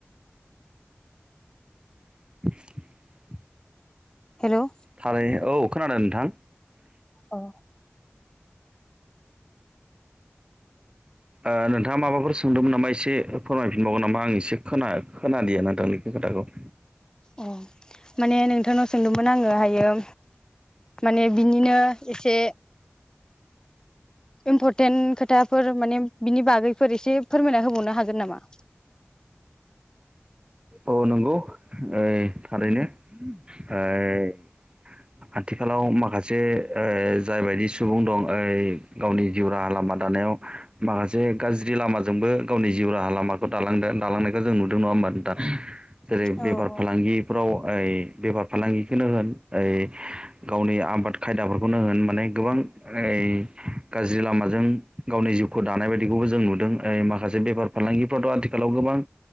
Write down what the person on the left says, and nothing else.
हेल'
औ
अ माने नोंथांनाव सोंदोंमोन आङो हायो माने बिनिनो एसे इम्परटेन्ट खोथाफोर माने बिनि बागैफोर एसे फोरमायना होबावनो हागोन नामा?
औ औ